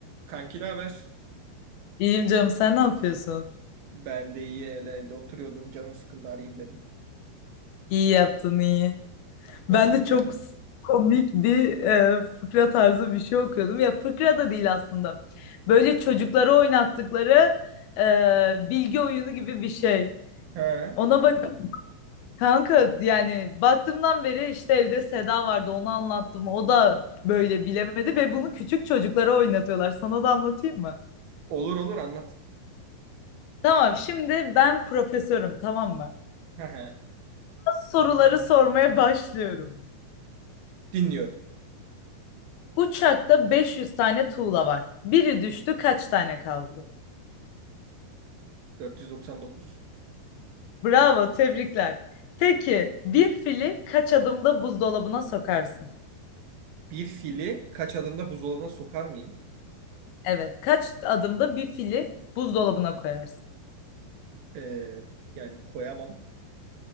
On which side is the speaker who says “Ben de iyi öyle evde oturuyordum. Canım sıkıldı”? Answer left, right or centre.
Right